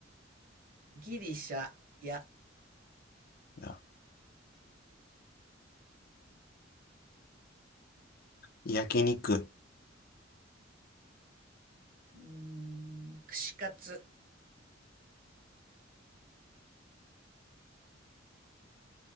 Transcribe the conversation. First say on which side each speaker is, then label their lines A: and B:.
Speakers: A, on the right (about 45°); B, on the left (about 50°).
A: ギリシャや
B: や焼肉、
A: うーん、串カツ。